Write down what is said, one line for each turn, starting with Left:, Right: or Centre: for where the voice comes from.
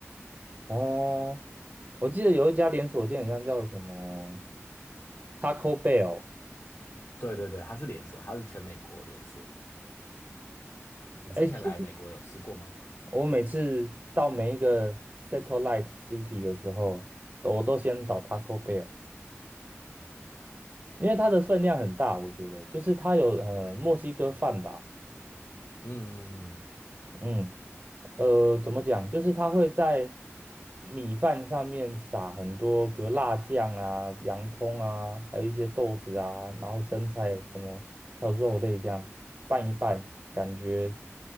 Right: 哦，我记得有一家连锁店，好像叫什么 Taco Bell。
Left: 对对对，它是连锁，它是全美国连锁的。你之前来美国有吃过吗？
Right: 哎，其实我每次到每一个 satellite city 的时候，我都先找 Taco Bell。因为它的分量很大，我觉得就是它有呃墨西哥饭吧，
Left: 嗯
Right: 嗯，呃，怎么讲，就是它会在米饭上面撒很多，比如辣酱啊、洋葱啊，还有一些豆子啊，然后生菜什么，还有肉类这样拌一拌，感觉